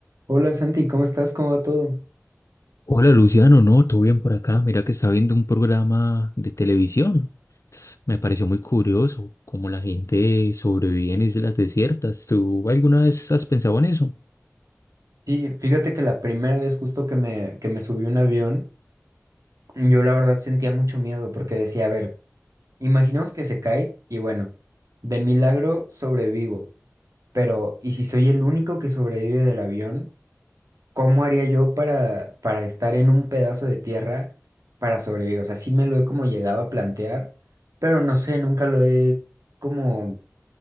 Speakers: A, on the right (about 85°); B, on the left (about 65°).
A: Hola Santi, ¿cómo estás? ¿Cómo va todo?
B: Hola Luciano, no, todo bien por acá. Mira que estaba viendo un programa de televisión. Me pareció muy curioso cómo la gente sobrevive en islas desiertas. ¿Tú alguna vez has pensado en eso?
A: Sí, fíjate que la primera vez justo que me, que me subí a un avión, yo la verdad sentía mucho miedo porque decía, a ver, imaginemos que se cae y bueno, de milagro sobrevivo, pero ¿y si soy el único que sobrevive del avión? ¿Cómo haría yo para, para estar en un pedazo de tierra para sobrevivir? O sea, sí me lo he como llegado a plantear, pero no sé, nunca lo he como